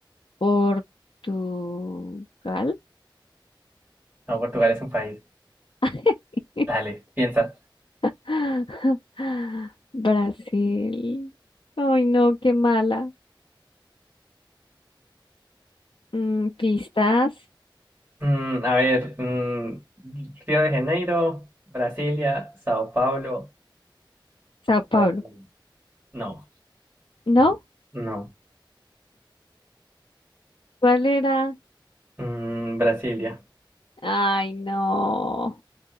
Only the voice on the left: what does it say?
Portugal.
<laughs>
<laughs> Brasil. Ay, no, qué mala. Mm, pistas.
Sao
Paulo.
¿No?
¿Cuál era?
Ay, no,